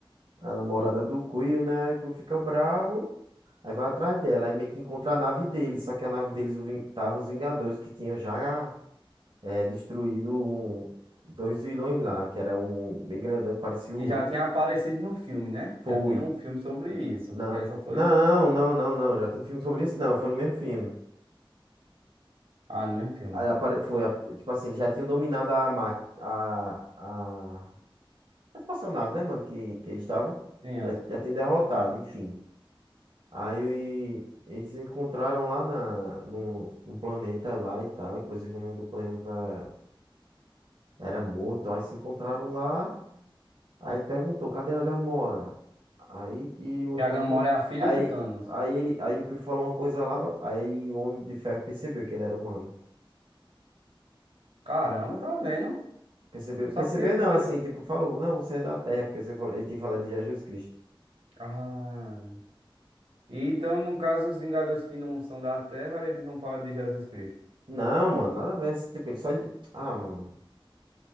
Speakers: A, on the right; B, on the right.
A: a namorada
B: do-
A: do Quill, né? Aí o Quill fica bravo. Aí vai atrás dela, aí meio que encontra a nave deles, só que a nave deles o Ving- tava os Vingadores que tinham já eh, destruído um- dois vilões lá, que era um bem grandão, que parecia
B: que
A: o Hulk.
B: já tinha aparecido no filme, né?
A: Foi.
B: Já tinha um filme sobre isso.
A: Na...
B: E aí só foi.
A: Não, não, não, não, já tem filme sobre isso, não, foi no mesmo filme.
B: Ah, no mesmo filme.
A: Aí apare- Foi, a- tipo assim, eles já tinham dominado a, ma... a... a... a espaçonave, né, mano, que, que eles estavam,
B: Sim, as-
A: já, já tinham derrotado, enfim. Aí eles encontraram lá na, no, num planeta lá e tal. Inclusive o nome do planeta era, era morto. Aí se encontraram lá. Aí ele perguntou, cadê a Gamora? Aí e o outro
B: que a
A: perguntando.
B: Gamora é a filha
A: Aí,
B: do Thanos.
A: aí, ele, aí o Chris falou uma coisa lá. Aí o Homem de Ferro percebeu que ele era humano.
B: Caramba, tá vendo?
A: Percebeu,
B: Só
A: percebeu
B: porque, tipo,
A: não,
B: ele.
A: assim, tipo, falou, não, você é da Terra, porque você falou, ele tinha falado de Jesus Cristo.
B: Ah. E então, no caso, os Vingadores que não são da Terra, eles não falam de Jesus Cristo.
A: Não, mano, nada a ver. assim, Tipo, ele só. inde- Ah, mano.